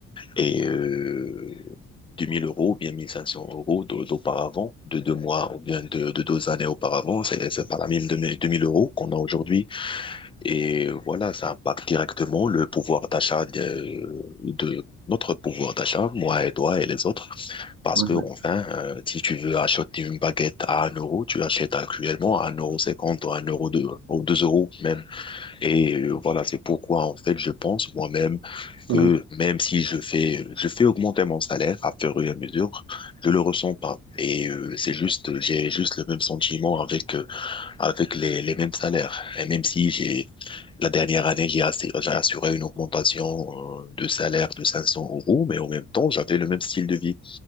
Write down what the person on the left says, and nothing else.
Et euh, 2000 euros, bien 1500 euros d'au- d'auparavant, de deux mois ou bien de, de deux années auparavant, c'est c'est pas la même 2000 euros qu'on a aujourd'hui. Et voilà, ça impacte directement le pouvoir d'achat de, de notre pouvoir d'achat, moi et toi et les autres. Parce
que,
enfin, euh, si tu veux acheter une baguette à un euro, tu achètes actuellement à un euro cinquante ou un euro deux ou 2 euros même. Et euh, voilà, c'est pourquoi, en fait, je pense moi-même
que même si je fais, je fais augmenter mon salaire à fur et à mesure, je le ressens pas. Et euh, c'est juste, j'ai juste le même sentiment avec, euh, avec les, les mêmes salaires. Et même si j'ai, la dernière année, j'ai assi- j'ai assuré une augmentation euh, de salaire de 500 euros, mais en même temps, j'avais le même style de vie.